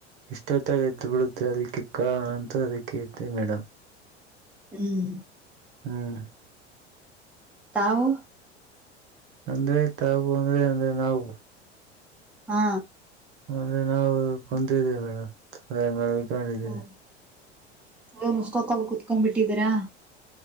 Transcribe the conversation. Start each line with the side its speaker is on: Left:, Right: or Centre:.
Right: ಇಷ್ಟೊತ್ತ ಎ್ದ್ ಬಿಡುತ್ತೆ ಅ ಅದಕ್ಕೆಕ್ಕಾ ಅಂತ ಅದಕ್ಕೆತೆ ಮೇಡಮ್
Centre: ಹ್ಮ್
Right: ಹ್ಮ್
Centre: ತಾವು
Right: ಅಂದ್ರೆ ತಾವು ಅಂದ್ರೆ ಅಂದ್ರೆ ನಾವು
Centre: ಹಾ
Right: ಅಂದರೆ ನಾವು ಕುಂತಿದೀವಿ ಮೇಡಮ್ ಮಕೊಂಡಿದ್ದೀವಿ
Centre: ಹ್ಮ್ ಏನ್ ಇಷ್ಟತ್ತಲ್ ಕುತ್ಕೊಂಡ್ ಬಿಟ್ಟಿದೀರಾ